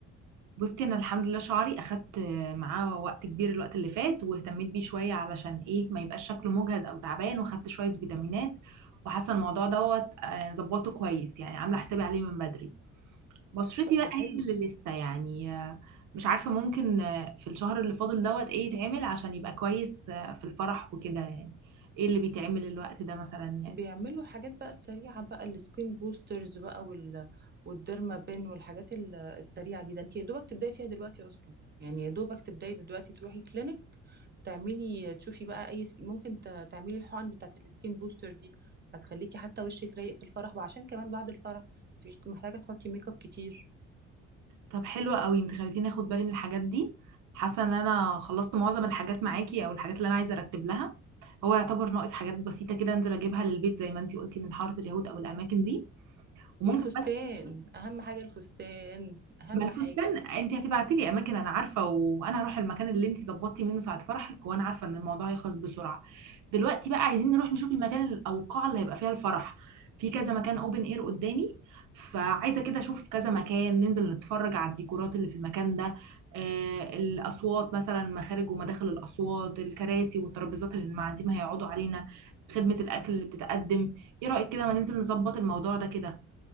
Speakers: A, on the right; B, on the right.
A: بصي انا الحمد لله شعري اخدت معاه وقت كبير الوقت اللي فات واهتميت بيه شويه علشان ايه ما يبقاش شكله مجهد او تعبان واخدت شويه فيتامينات وحاسه الموضوع دوت آه، ظبطه كويس يعني عامله حسابي عليه من بدري بشرتي
B: طب
A: بقى
B: ده حلو
A: هي اللي لسه يعني آه، مش عارفه ممكن آه، في الشهر اللي فاضل دوت ايه يتعمل عشان يبقى كويس آه، في الفرح وكده يعني ايه اللي بيتعمل الوقت ده مثلا يعني؟
B: بيعملوا الحاجات بقى السريعة بقى السكين بوسترز بقى وال... والديرما بين والحاجات ال- السريعة دي ده انت يا دوبك تبداي فيها دلوقتي اصلا يعني يا دوبك تبداي دلوقتي تروحي كلينك تعملي تشوفي بقى اي سك... ممكن ت... تعملي الحقن بتاعت السكين بوستر دي هتخليكي حتى وشك رايق في الفرح وعشان كمان بعد الفرح مش محتاجة تحطي ميك اب كتير
A: طب حلوة قوي انت خليتيني اخد بالي من الحاجات دي حاسة ان انا خلصت معظم الحاجات معاكي او الحاجات اللي انا عايزة ارتب لها هو يعتبر ناقص حاجات بسيطة كده انزل اجيبها للبيت زي ما انت قلتي من حارة اليهود او الاماكن دي وممكن
B: والفستان
A: بس
B: اهم حاجة الفستان اهم
A: ما الفستان
B: حاجة
A: انت هتبعتي لي اماكن انا عارفه وانا هروح المكان اللي انت ظبطتي منه ساعه فرحك وانا عارفه ان الموضوع هيخلص بسرعه دلوقتي بقى عايزين نروح نشوف المكان ال- او القاعه اللي هيبقى فيها الفرح في كذا مكان اوبن اير قدامي فعايزه كده اشوف كذا مكان ننزل نتفرج على الديكورات اللي في المكان ده آه الاصوات مثلا مخارج ومداخل الاصوات الكراسي والترابيزات اللي المعازيم هيقعدوا علينا خدمه الاكل اللي بتتقدم ايه رايك كده ما ننزل نظبط الموضوع ده كده